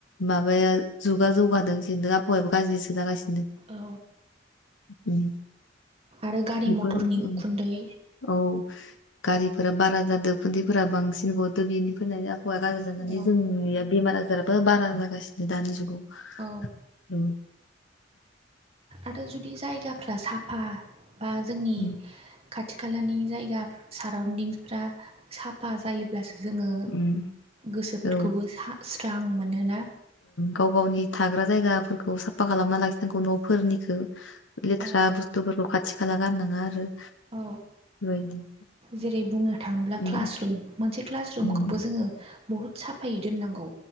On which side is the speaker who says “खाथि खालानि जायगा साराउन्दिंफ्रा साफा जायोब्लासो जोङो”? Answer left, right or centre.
Right